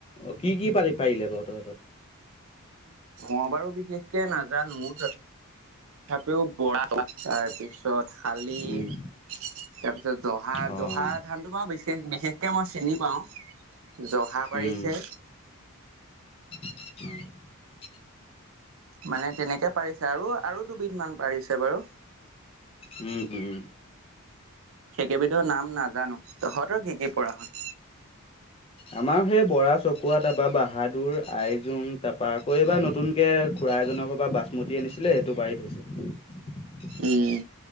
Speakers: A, on the left (about 25°); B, on the right (about 60°).
A: অ' কি কি পাৰি পাৰিলে বাৰু তহঁতৰ?
B: অ বাৰু বিশেষকে নাজানো তথাপিও বৰা পা <unintelligible> তাৰপিছত খালি
A: উম,
B: তাৰপিছত জহা
A: অ',
B: জহা ধানটো বাওঁ বিশেষ বিশেষকে মই চিনী পাওঁ জহা পাৰিছে
A: উম, <unintelligible>
B: মানে তেনেকে পাৰিছে আৰু আৰু দুবিধ মান পাৰিছে বাৰু।
A: উম, উম,
B: সেইকেইবিধ নাম নাজানো তহঁতৰ কি-কি পৰা হ'ল।
A: আমাৰ সেই বৰা চকুৱা তাৰপৰা বাহাদুৰ আইজোং তাৰপা আকৌ এইবাৰ নতুনকে খুৰা এজনৰ বা বাচমতি আনিছিলে সেইটো পাৰি থৈছো।
B: উম